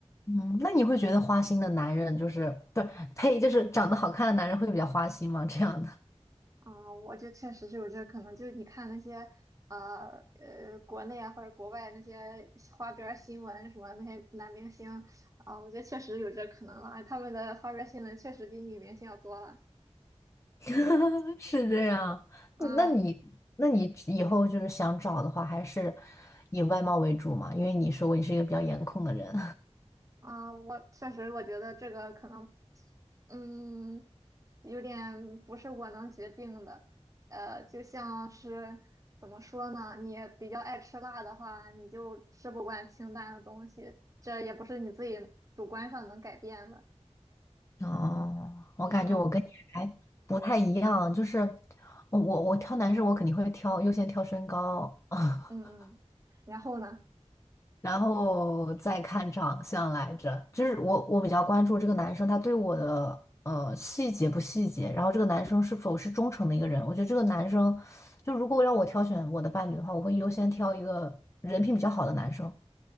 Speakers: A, on the left (about 25°); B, on the right (about 30°).
A: 嗯，那你会觉得花心的男人就是不是呸，就是长得好看的男人会比较花心吗？这样的
B: 啊、我觉得确实是有这可能。就是你看那些，呃呃，国内啊或者国外那些花边儿新闻什么那些男明星啊、我觉得确实有这可能了。他们的花边儿新闻确实比女明星要多了。
A: <laughs> 是这样，
B: 嗯
A: 那你那你以后就是想找的话，还是以外貌为主嘛，因为你说过你是一个比较颜控的人。
B: 啊，我确实，我觉得这个可能，嗯，有点不是我能决定的。呃，就像是怎么说呢？你比较爱吃辣的话，你就吃不惯清淡的东西，这也不是你自己主观上能改变的。
A: 哦，我感觉我跟你还不太一样，
B: 嗯嗯
A: 就是我我挑男生，我肯定会挑优先挑身高，<laughs>
B: 嗯。嗯然后呢？
A: 然后再看长相来着。就是我我比较关注这个男生他对我的呃细节不细节，然后这个男生是否是忠诚的一个人。我觉得这个男生就如果让我挑选我的伴侣的话，我会优先挑一个人品比较好的男生。